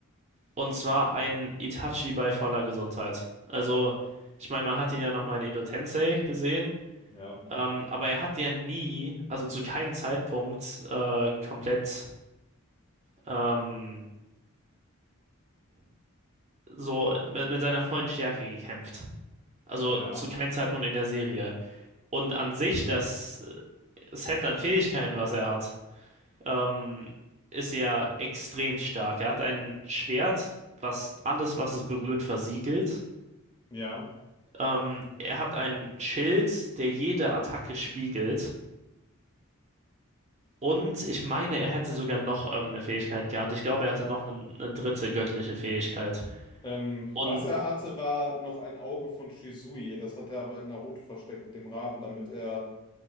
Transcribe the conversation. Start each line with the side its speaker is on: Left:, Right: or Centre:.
Right: Und zwar ein Itachi bei voller Gesundheit. Also, ich meine, man hat ihn ja nochmal in Edo Tensei gesehen,
Left: Ja,
Right: ähm, aber er hat ja nie, also zu keinem Zeitpunkt, äh, komplett ähm, so mit, mit seiner vollen Stärke gekämpft. Also
Left: ja,
Right: zu keinem Zeitpunkt in der Serie. Und an sich, das Set an Fähigkeiten, was er hat. ähm, ist ja extrem stark. Er hat ein Schwert, was alles, was es berührt, versiegelt.
Left: ja.
Right: Ähm, er hat ein Schild, der jede Attacke spiegelt. Und ich meine, er hätte sogar noch irgendeine Fähigkeit gehabt. Ich glaube, er hatte noch eine, eine dritte göttliche Fähigkeit.
Left: Ähm,
Right: Und
Left: was er hatte, war noch ein Auge von Shisui. Das hat er aber in Naruto versteckt mit dem Raben, damit er